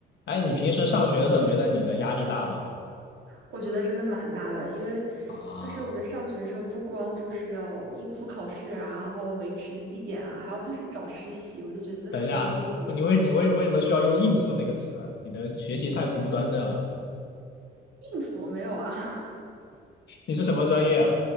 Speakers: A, on the left; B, on the right.
A: 哎，你平时上学的时候，你觉得你的压力大吗？
B: 我觉得真的蛮大的，因为
A: 啊，
B: 就是我觉得上学的时候不光就是要应付考试啊，然后维持绩点啊，还要就是找实习，我就觉得时间不够用的。
A: 等一下，你为你为为什么需要用“应付”这个词？你的学习态度不端正啊！
B: 应付没有啊，
A: 你是什么专业啊？